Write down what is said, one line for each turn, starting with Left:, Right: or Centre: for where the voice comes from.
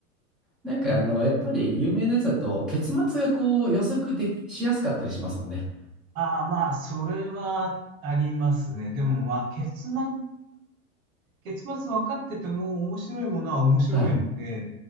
Centre: なんかあの、
Right: うん
Centre: やっぱり有名なやつだと、結末がこう予測でき、しやすかったりしますもんね。
Right: ああ、まあ、それはありますね。でも、まあ、結末、結末分かってても面白いものは面白いので、
Centre: はい。